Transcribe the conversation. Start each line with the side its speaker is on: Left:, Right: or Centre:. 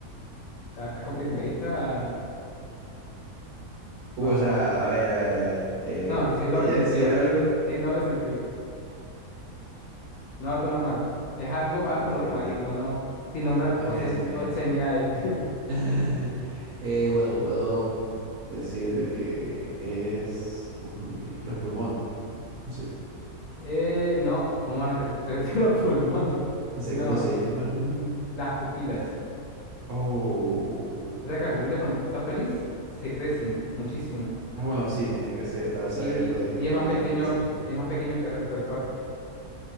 Left: está, está complicadita.
Right: Uh. Uh,
Left: Vamos,
Right: o sea,
Left: vamos.
Right: a ver, a ver, a ver. eh,
Left: No, sin
Right: ¿podría
Left: doble sentido,
Right: decir algo?
Left: sin doble sentido. No la tome mal. Es algo,
Right: Ok,
Left: algo normalito,
Right: ok.
Left: no, sin nombrar
Right: No
Left: obsce-
Right: es eso, no es
Left: obscenidades.
Right: eso.
Left: <laughs>
Right: <laughs> Eh, bueno, puedo decir de que es... Uy, los pulmones. No sé.
Left: Eh, no, ¿cómo van a crecer tres veces <laughs> los pulmones?
Right: No
Left: No,
Right: sé, cuando se inflan.
Left: las
Right: <laughs>
Left: pupilas.
Right: Oh.
Left: O sea que las pupilas cuando tú estás feliz se crecen muchísimo.
Right: Ah, bueno, sí, tenía que ser- tal vez
Left: y,
Right: saber
Left: y-
Right: lo de,
Left: y es más
Right: lo de
Left: pequeño,
Right: la felicidad.
Left: es más pequeño que el resto del cuerpo,